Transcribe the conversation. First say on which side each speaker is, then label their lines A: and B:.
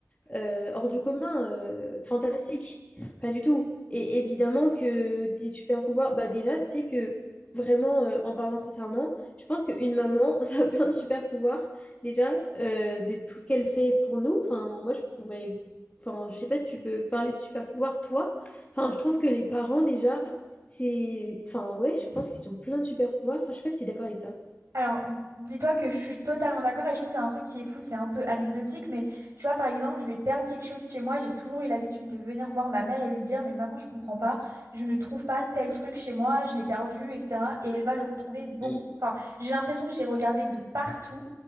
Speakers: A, on the left; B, on the right.
A: euh, hors du commun, euh, fantastique. Pas du tout. Et évidemment que des super pouvoirs, bah déjà, tu sais que vraiment, euh, en parlant sincèrement, je pense qu'une maman, <laughs> ça a plein de super pouvoirs. Déjà, euh, de tout ce qu'elle fait pour nous. Enfin, moi, je pourrais. Enfin, je sais pas si tu peux parler de super pouvoirs, toi. Enfin, je trouve que les parents, déjà, c'est. Enfin, ouais, je pense qu'ils ont plein de super pouvoirs. Enfin, je sais pas si tu es d'accord avec ça.
B: Alors, dis-toi que je suis totalement d'accord et je trouve qu'il y a un truc qui est fou, c'est un peu anecdotique, mais tu vois, par exemple, je vais perdre quelque chose chez moi, j'ai toujours eu l'habitude de venir voir ma mère et lui dire, mais maman, je comprends pas, je ne trouve pas tel truc chez moi, je l'ai perdu, etc. Et elle va le retrouver beaucoup.
A: Mm.
B: Enfin, j'ai l'impression que j'ai regardé de partout